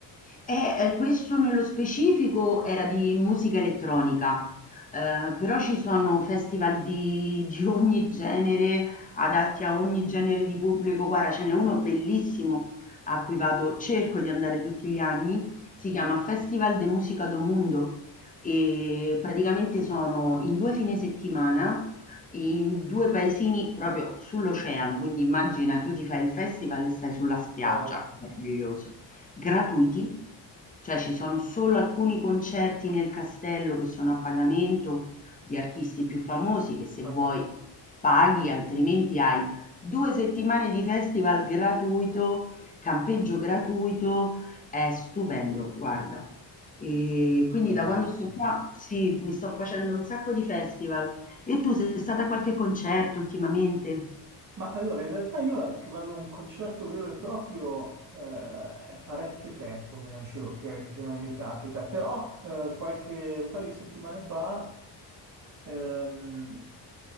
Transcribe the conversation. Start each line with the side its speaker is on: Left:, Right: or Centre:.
Left: E Eh, ehm, questo nello specifico era di musica elettronica, ehm, però ci sono festival di di ogni genere, adatti a ogni genere di pubblico. Guarda, ce n'è uno bellissimo a cui vado cerco di andare tutti gli anni, si chiama Festival de Música do Mundo e praticamente sono in 2 fine settimana in 2 paesini proprio sull'oceano, quindi immagina tu ti fai il festival e stai sulla spiaggia,
Right: Wow,
Left: meraviglioso gratuiti, cioè ci sono solo alcuni concerti nel castello che sono a pagamento di artisti più famosi che se
Right: vabbè,
Left: vuoi paghi, altrimenti hai due settimane di festival gratuito, campeggio gratuito, è stupendo, guarda. E quindi
Right: fantastico.
Left: da quando sto qua, sì, mi sto facendo un sacco di festival. E tu sei stata a qualche concerto ultimamente?
Right: Ma allora, in realtà io che vado a un concerto vero e proprio eh, è parecchio tempo che non, ci- che- che non mi capita, però eh, qualche, un paio di settimane fa Ehm,